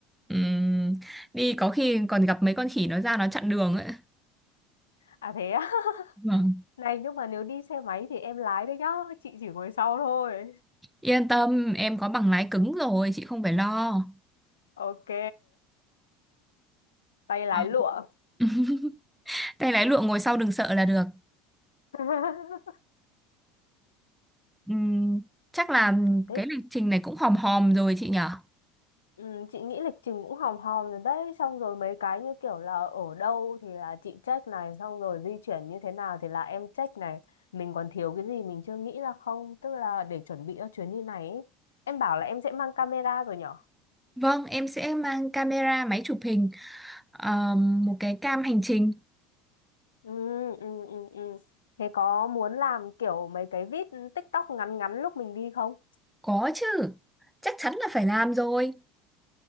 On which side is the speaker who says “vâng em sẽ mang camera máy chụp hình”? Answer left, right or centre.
Centre